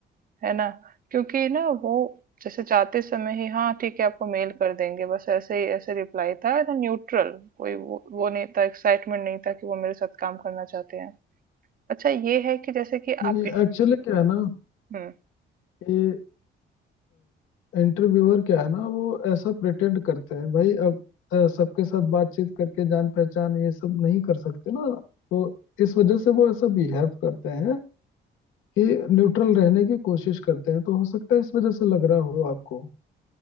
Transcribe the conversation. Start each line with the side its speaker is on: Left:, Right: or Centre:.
Right: है ना क्योंकि ना वो जैसे जाते समय ही हाँ ठीक है आपको मेल कर देंगे बस ऐसे ही ऐसे रिप्लाई था ना न्यूट्रल कोई वो, वो नहीं था एक्साइटमेंट नहीं था कि वो मेरे साथ काम करना चाहते हैं अच्छा ये है कि जैसे कि
Left: नहीं
Right: आप
Left: एक्चुअली क्या है ना
Right: इंटर
Left: ये इंटरव्यूअर क्या है ना वो ऐसा प्रिटेंड करते हैं भाई अब अ, सबके साथ बातचीत करके जान पहचान ये सब नहीं कर सकते ना तो इस वजह से वो ऐसा बिहेव करते हैं कि न्यूट्रल रहने की कोशिश करते हैं तो हो सकता है इस वजह से लग रहा हो आपको